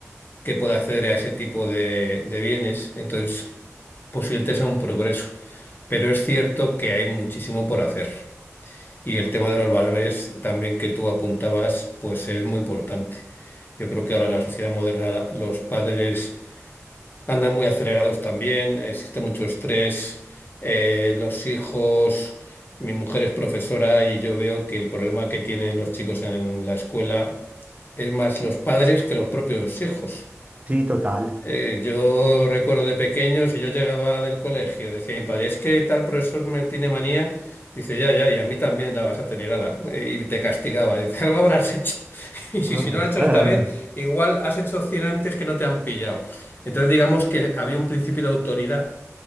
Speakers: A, on the left; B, on the right.
A: que pueda acceder a ese tipo de, de bienes. Entonces, posiblemente sea un progreso, pero es cierto que hay muchísimo por hacer. Y el tema de los valores también que tú apuntabas, pues es muy importante. Yo creo que ahora en la sociedad moderna los padres Andan muy acelerados también, existe mucho estrés, eh, los hijos, mi mujer es profesora y yo veo que el problema que tienen los chicos en la escuela es más los padres que los propios hijos.
B: Sí, total.
A: Eh, yo recuerdo de pequeño, si yo llegaba del colegio, decía mi padre, es que tal profesor me tiene manía, dice, ya, ya, y a mí también la vas a tener, ala, Eh, y te castigaba, dice, algo habrás hecho, <laughs> y si,
B: <laughs>
A: si no lo has hecho esta vez, igual has hecho 100 antes que no te han pillado. Entonces digamos que había un principio de autoridad